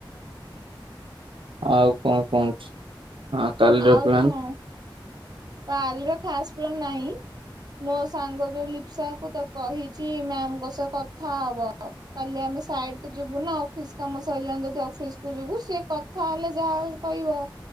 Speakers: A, on the right (about 85°); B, on the right (about 50°).
A: ଆଉ କଣ କୁହନ୍ତୁ? ଉଁ କାଲିର
B: ଆଉ
A: ପ୍ଲାନ୍?
B: କଣ ପାଲିର ଖାସ ପ୍ଲାନ୍ ନାହିଁ। ମୋ ସାଙ୍ଗ ଯୋଉ ଲିପସା କୁ ତ କହିଛି ମ୍ୟାମଙ୍କ ସହ କଥା ହବ। କାଲି ଆମେ ସାଇଡ କୁ ଯିବୁ ନା ଅଫିସ କାମ ସରିଲାଣି ଯଦି ଅଫିସ କୁ ଯିବୁ। ସେ କ ଥା ହେଲେ ଯାହା କହିବ